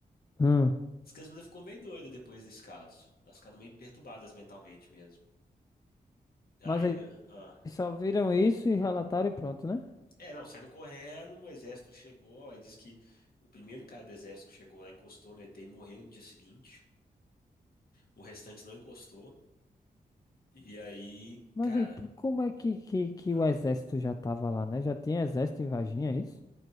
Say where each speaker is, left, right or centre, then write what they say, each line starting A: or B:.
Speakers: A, on the left; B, on the left.
A: Hum.
B: Diz que as meninas ficou meio doida depois desse caso, elas ficaram meio perturbadas mentalmente mesmo. Aí,
A: Mas eles
B: ah,
A: só viram isso e relataram e pronto, né?
B: É, não, saíram correndo, o exército chegou, aí diz que o primeiro cara do exército que chegou lá encostou no ET e morreu no dia seguinte. O restante não encostou. E aí,
A: Mas
B: cara,
A: aí, p- como é que, que, que
B: ah,
A: o exército já tava lá, né? Já tinha exército em Varginha, é isso?